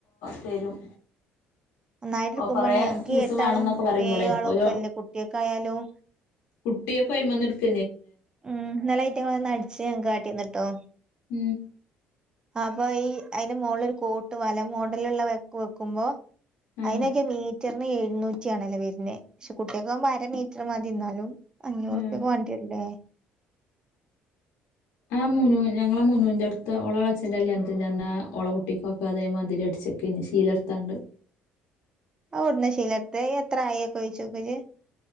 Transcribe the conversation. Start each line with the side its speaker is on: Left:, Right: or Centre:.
Left: തരും
Right: നന്നായിട്ട് എടുക്കുമ്പോണ
Left: ഓ കൊറേ
Right: ഞങ്ങക്ക്
Left: പീസ്
Right: എട്ടാളും
Left: വേണംന്നൊക്കെ പറയുമ്പോളേ
Right: ഏ ആളും
Left: ഓരോ
Right: ഒക്കെ അല്ലേ കുട്ടിയക്കായാലും
Left: കുട്ടിയൊക്കെൈയി വന്ന എടുക്ക
Right: ഉം നല്ല ഐറ്റങ്ങ അടിിച്ച ഞ കാട്ടിന്നിട്ടോ
Left: ഉം
Right: അപ്പൊ ഈ അതിന്റെ മോുകളൊ ഒരു കോട്ട് പോല മോഡലുള്ള വെക്കുമ്പോ
Left: ആഹ്
Right: അയിനഗെ നീ ഇറ്റ എഴുന്നൂറ്റിയാണല്ലോ വരുന്നത് പക്ഷെ കുട്ടികൾക്ക്പ വ അര മീറ്റർ മതി ഇന്നാലും അഞ്ഞൂറ്റുക്ക്
Left: ആഹ്
Right: വേണ്ടില്ലേ
Left: ആഹ് മുനു ഞങ്ങളെ മുനുന്റെറ അടുത്ത് ളച്ഛന്റെ അല്യാാ ള കുട്ടിക്കൊക്കെ അതേ മതിരി അടിച്ച ക്കെ ഇ ശീലർത്താണ്ട്
Right: അവിടന ശീലത്തെ എത്ര ആയിക്കഴിച്ചോക്ക